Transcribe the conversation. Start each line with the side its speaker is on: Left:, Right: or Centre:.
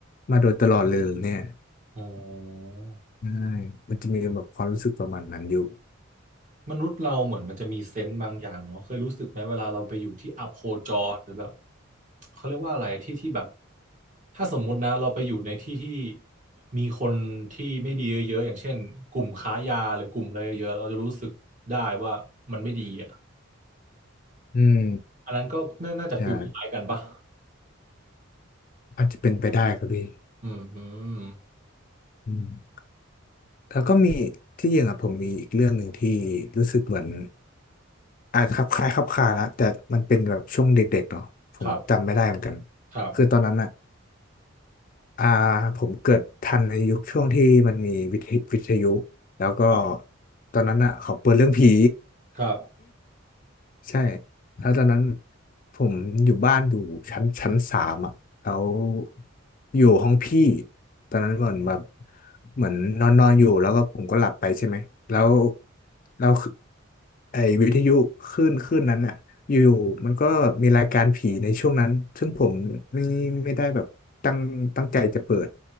Left: มาโดยตลอดเลยเหรอเนี่ย
Right: อ๋อ
Left: ใช่มันจะมีแบบความรู้สึกประมาณนั้นอยู่
Right: มนุษย์เราเหมือนมันจะมีเซนส์บางอย่างเนาะเคยรู้สึกไหมเวลาเราไปอยู่ที่อัพโคจรหรือแบบเขาเรียกว่าอะไรที่ที่แบบถ้าสมมุตินะเราไปอยู่ในที่ที่มีคนที่ไม่ดีเยอะๆอย่างเช่นกลุ่มค้ายาหรือกลุ่มอะไรเยอะๆเราจะรู้สึกได้ว่ามันไม่ดีอ่ะ
Left: อืม
Right: อันนั้นก็น่าน่าจะฟิลคล้ายกันปะ
Left: ใช่อาจจะเป็นไปได้ครับพี่
Right: อืมอืม
Left: อืม แล้วก็มีที่จริงอ่ะผมมีอีกเรื่องหนึ่งที่รู้สึกเหมือนอาจจะคลับคล้ายคลับคลาละแต่มันเป็นแบบช่วงเด็กๆเนาะผมจำไม่ได้เหมือนกัน
Right: ครับครับ
Left: คือตอนนั้นอ่ะอ่าผมเกิดทันในยุคช่วงที่มันมีวิทยวิทยุแล้วก็
Right: ครับ
Left: ตอนนั้นอ่ะเขาเปิดเรื่องผี
Right: ครับ
Left: ใช่แล้วตอนนั้นผมอยู่บ้านอยู่ชั้นชั้นสามอ่ะแล้วอยู่ห้องพี่ตอนนั้นเหมือนแบบเหมือนนอนนอนอยู่แล้วก็ผมก็หลับไปใช่ไหมแล้วแล้วคือไอ้วิทยุคลื่นคลื่นนั้นอ่ะอยู่ๆมันก็มีรายการผีในช่วงนั้น ซึ่งผมไม่ไม่ได้แบบตั้งตั้งใจจะเปิด